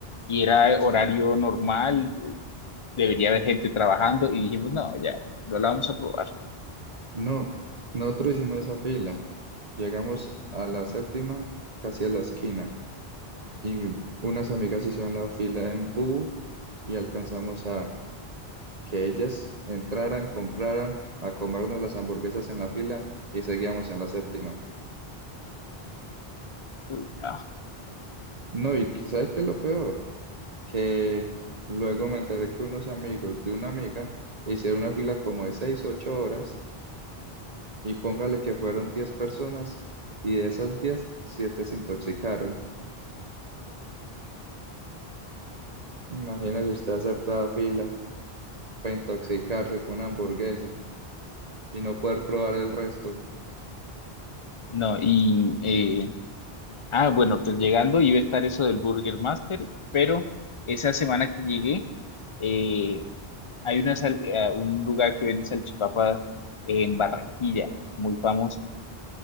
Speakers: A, on the left; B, on the right.
A: Y era
B: Sí.
A: horario normal, eh, debería haber gente trabajando y dijimos, no, ya, no la vamos a probar.
B: No, nosotros hicimos esa fila. Llegamos a la séptima, casi a la esquina. y unas amigas hicieron la fila en Bubu y alcanzamos a que ellas entraran, compraran, a comernos las hamburguesas en la fila y seguíamos en la séptima.
A: Uy, no,
B: No, y qu- ¿sabes qué es lo peor? Que luego me enteré que unos amigos de una amiga hicieron una fila como de seis, ocho horas y póngale que fueron 10 personas y de esas diez siete se intoxicaron. Imagínese usted hacer toda fila para intoxicarse con una hamburguesa y no poder probar el resto.
A: no, y, eh, ah, bueno, pues llegando iba a estar eso del Burger Master, pero esa semana que llegué, eh, Hay una sal- eh, un lugar que vende salchipapas en Barranquilla, muy famoso.